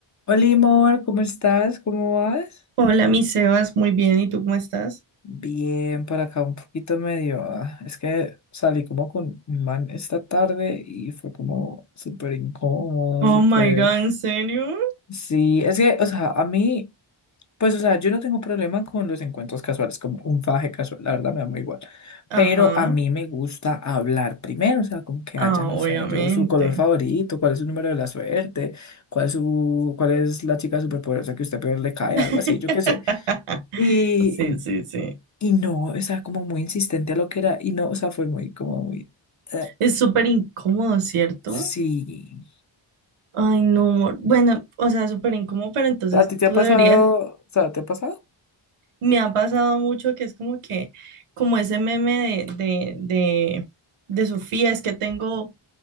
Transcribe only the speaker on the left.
Hola, amor, ¿cómo estás? ¿Cómo vas?
Bien, por acá un poquito medio. ah, Es que salí como con un man esta tarde y fue como súper incómodo,
súper...
Sí, es que, o sea, a mí, pues, o sea, yo no tengo problema con los encuentros casuales, como un faje casual, la verdad me da muy igual. Pero
a mí me gusta hablar primero, o sea, como que haya,
no
sé, yo su color favorito, cuál es su número de la suerte, cuál es su, cuál es la chica superpoderosa que usted peor le cae,
algo así, yo qué sé. Y,
y no, o sea, como muy insistente a lo que era, y no, o sea, fue muy, como muy, eh,
sí.
¿A ti te
ha pasado?
O sea, ¿te ha pasado?